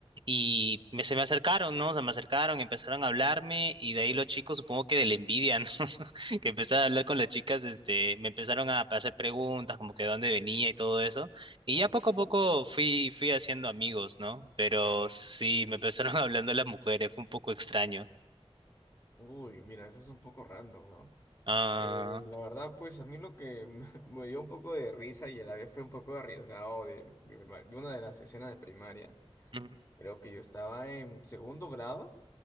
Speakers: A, on the right (about 50°); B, on the left (about 30°).
A: Y me- se me acercaron, ¿no? Se me acercaron, empezaron a hablarme y de ahí los chicos, supongo que de la envidia, ¿no? <laughs> Que empezaron a hablar con las chicas, este, me empezaron a hacer preguntas como que de dónde venía y todo eso. Y
B: Ah,
A: ya poco
B: sí,
A: a poco fui, fui haciendo amigos, ¿no? Pero
B: claro.
A: sí, me empezaron <laughs> hablando las mujeres, fue un poco extraño.
B: Uy, mira, eso es un poco random, ¿no?
A: Ah,
B: Eh, la verdad, pues a mí lo que <laughs> me me dio un poco de risa y a la vez fue un poco arriesgado de, de de una de las escenas de primaria,
A: ujú,
B: creo que yo estaba en segundo grado.